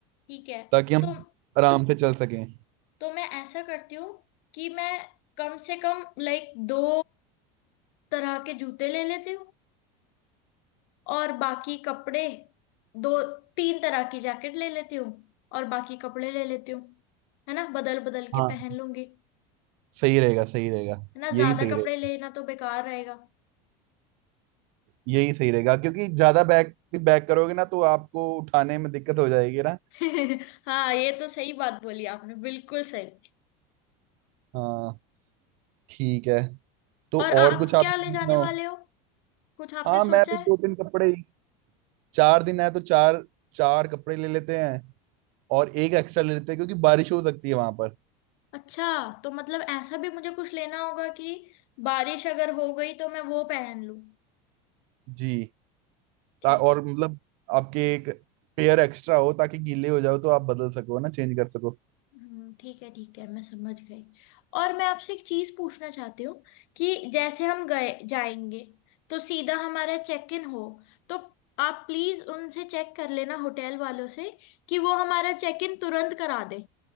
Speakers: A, on the left; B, on the right.
A: ठीक है
B: ताकि हम
A: तो
B: आराम से चल सकें
A: तो मैं ऐसा करती हूँ कि मैं कम से कम लाइक दो तरह के जूते ले लेती हूँ और बाकी कपड़े दो तीन तरह की जैकेट ले लेती हूँ और बाकी कपड़े ले लेती हूँ है ना बदल बदल के
B: हाँ
A: पहन लूंगी
B: सही रहेगा सही रहेगा
A: है ना
B: यही
A: ज्यादा
B: सही
A: कपड़े
B: रहेगा
A: लेना तो बेकार रहेगा
B: यही सही रहेगा क्योंकि ज्यादा बैग भी बैग करोगे ना तो आपको उठाने में दिक्कत हो जाएगी ना
A: <laughs> हाँ ये तो सही बात बोली आपने बिल्कुल सही
B: हाँ ठीक है तो
A: और
B: और
A: आप
B: कुछ आप
A: क्या ले
B: पूछना
A: जाने
B: हो
A: वाले हो कुछ आपने
B: हाँ मैं
A: सोचा
B: भी
A: है
B: दो तीन कपड़े ही चार दिन है तो चार चार कपड़े ले लेते हैं और एक एक्स्ट्रा ले लेते हैं क्योंकि बारिश हो सकती है वहां पर
A: अच्छा तो मतलब ऐसा भी मुझे कुछ लेना होगा कि बारिश अगर हो गई तो मैं वो पहन लूं
B: जी
A: ठीक
B: ता, और
A: है
B: मतलब आपके एक पेयर एक्स्ट्रा हो ताकि गीले हो जाओ तो आप बदल सको ना चेंज कर सको
A: हम्म, ठीक है ठीक है मैं समझ गई और मैं आपसे एक चीज पूछना चाहती हूँ कि जैसे हम गए जाएंगे तो सीधा हमारा चेक इन हो तो आप प्लीज उनसे चेक कर लेना होटल वालों से कि वो हमारा चेक इन तुरंत करा दे